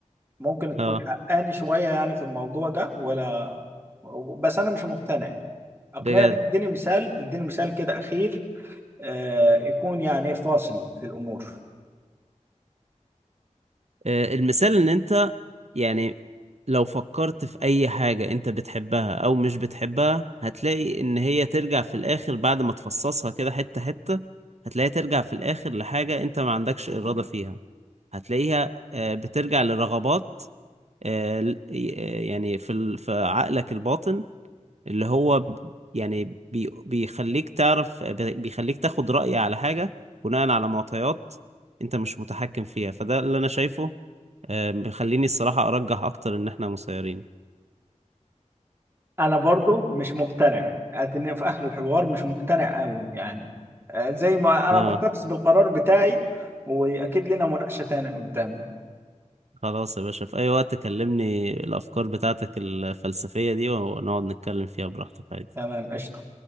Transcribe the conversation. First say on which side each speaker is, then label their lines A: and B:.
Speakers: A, on the right; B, on the right.
A: ممكن
B: اه
A: تكون حقاني شوية يعني في الموضوع ده ولا بس انا مش مقتنع اقنعني
B: بجد
A: اديني مثال اديني مثال كده اخير آه، يكون يعني فاصل في الأمور
B: آه، المثال ان انت يعني لو فكرت في اي حاجة انت بتحبها او مش بتحبها هتلاقي ان هي ترجع في الاخر بعد ما تفصصها كده حتة حتة هتلاقيها ترجع في الاخر لحاجة انت ما عندكش ارادة فيها هتلاقيها آه، بترجع لرغبات آه، ل- آه، يعني في ال- في عقلك الباطن اللي هو ب- يعني بي بيخليك تعرف بيخليك تاخد رأي على حاجة بناء على معطيات انت مش متحكم فيها فده اللي انا شايفه آه، بيخليني الصراحة ارجح اكتر ان احنا مسيرين
A: أنا برضو مش مقتنع أدنى في آخر الحوار مش مقتنع أوي يعني آه، زي ما أنا
B: اه
A: محتفظ بالقرار بتاعي وأكيد لنا مناقشة تانية قدامي
B: خلاص يا باشا في اي وقت كلمني الافكار بتاعتك الفلسفية دي ونقعد نتكلم فيها براحتك عادي
A: تمام قشطة